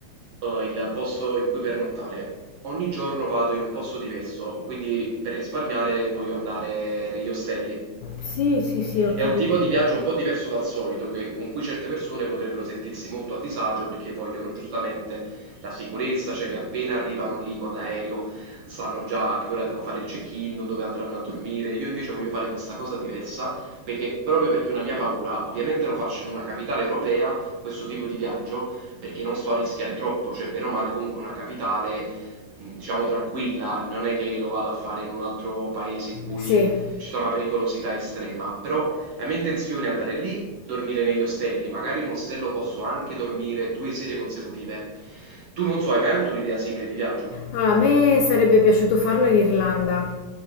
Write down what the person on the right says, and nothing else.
eh, il posto in cui pernottare. Ogni giorno vado in un posto diverso, quindi per risparmiare voglio andare negli ostelli.
È un tipo di viaggio un po' diverso dal solito, che- con cui certe persone potrebbero sentirsi molto a disagio perché vogliono giustamente la sicurezza, cioè che appena arrivano lì con l'aereo sanno già a che ora devono fare il check-in, dove andranno a dormire. Io invece voglio fare questa cosa diversa perché proprio perché una mia paura, ovviamente lo faccio in una capitale europea, questo tipo di viaggio, perché non sto a rischiare troppo, cioè bene o male comunque una capitale, mh, diciamo tranquilla, non è che lo vado a fare in un altro paese in cui
ci sta una pericolosità estrema, però la mia intenzione è andare lì, dormire negli ostelli, magari in un ostello posso anche dormire due sere consecutive. Tu non so, hai mai avuto un'idea simile di viaggio?